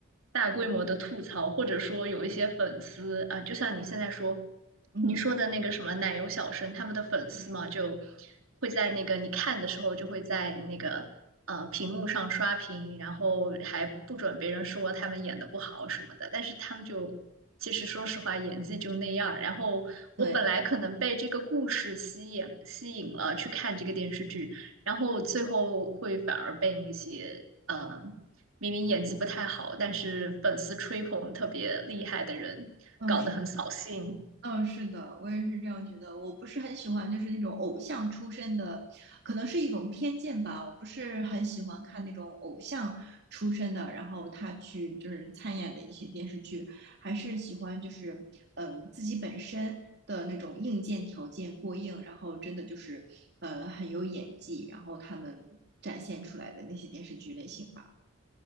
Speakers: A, on the right; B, on the right.
A: 大规模的吐槽，或者说有一些粉丝啊、呃就像你现在说
B: 嗯，
A: 你说的那个什么奶油小生，他们的粉丝嘛，
B: 对
A: 就会在那个你看的时候就会在那个呃屏幕上刷屏，然后还不准别人说他们演的不好什么的，但是他们就。其实说实话，演技就那样儿然后我本来可能被这个故事吸引吸引了去看这个电视剧，
B: 对，
A: 然后最后会反而被那些嗯呃明明演技不太好，但是粉丝吹捧特别厉害的人，
B: 嗯，
A: 搞得很扫兴。
B: 嗯，是的，我也是这样觉得。我不是很喜欢，就是那种偶像出身的，可能是一种偏见吧。我不是很喜欢看那种偶像出身的，然后他去就是参演的一些电视剧，还是喜欢就是嗯、呃自己本身的那种硬件条件过硬，然后真的就是呃很有演技，然后他们展现出来的那些电视剧类型吧。